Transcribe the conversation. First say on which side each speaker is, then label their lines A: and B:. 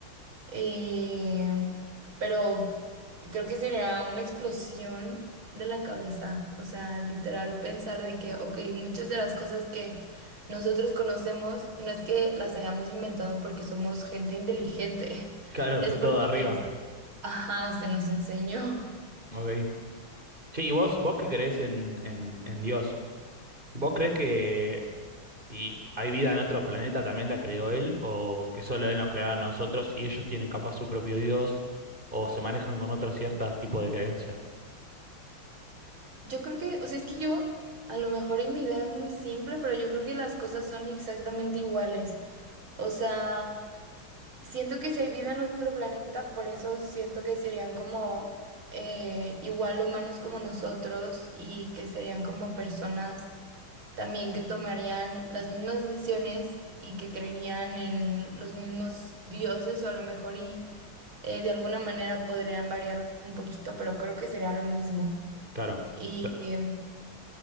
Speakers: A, on the right; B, on the right.
A: Eh, pero creo que sería una explosión de la cabeza, o sea, literal pensar de que, ok, muchas de las cosas que nosotros conocemos no es que las hayamos inventado porque somos gente inteligente, <laughs>
B: claro,
A: es
B: fue
A: porque,
B: todo de arriba.
A: ajá, se nos enseñó.
B: Ok. Che, ¿y vos, vos qué crees en, en en Dios? ¿Vos crees que si hay vida en otro planeta también la creó él o que solo él nos creó a nosotros y ellos tienen capaz su propio Dios o se manejan con otros ciertos tipos de creencias?
A: Yo creo que, o sea, es que yo, a lo mejor y mi idea es muy simple, pero yo creo que las cosas son exactamente iguales, o sea... Siento que si hay vida en otro planeta, por eso siento que serían como eh, igual humanos como nosotros y que serían como personas también que tomarían las mismas decisiones y que creerían en los mismos dioses o a lo mejor y eh, de alguna manera podrían variar un poquito, pero creo que sería lo mismo.
B: Claro, o
A: Y
B: sea,
A: em,